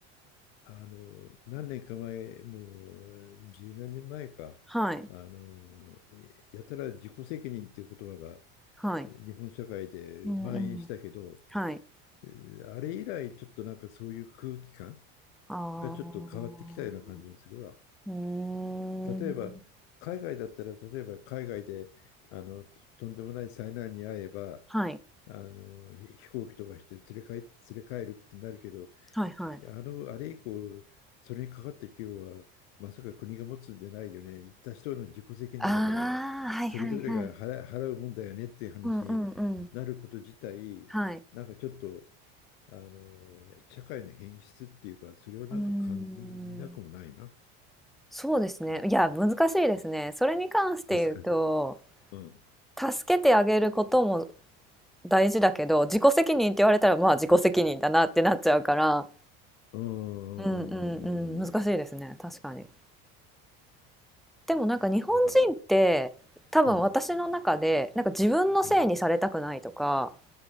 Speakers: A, on the left; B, in the centre.
A: あの、何年か前、もう十何年前か、
B: はい。
A: あの、やたら自己責任っていう言葉が
B: はい。
A: 日本社会で蔓延したけど、
B: うんうん。はい。
A: えーあれ以来ちょっとなんかそういう空気感
B: あー
A: がちょっと変わってきたような感じもするわ。
B: うーん。
A: 例えば、海外だったら、例えば海外で、あの、とんでもない災難に遭えば、
B: あ。はい。
A: あの、飛行機飛ばして連れ帰、連れ帰るってなるけど、い
B: はいはい。
A: や、あの、あれ以降、それにかかった費用は、まさか国が持つんじゃないよね。行った人の自己責任だから、
B: あーはいはいはい。
A: それぞれが払、払うもんだよねっていう話になること自体、
B: うんうんうん。はい。
A: なんかちょっと、あの、社会の変質っていうか、それをなんか感じなくもないな。
B: うーん、そうですね。いや、難しいですね。それに関して言うと、
A: 難しい。うん。
B: 助けてあげることも大事だけど、自己責任って言われたら、まあ自己責任だなってなっちゃうから、
A: うんうんうんうんうんうん。
B: うんうんうん、難しいですね。確かに。でもなんか日本人って多分私の中でなんか自分のせいにされたくないとか
A: だから、うん。うん。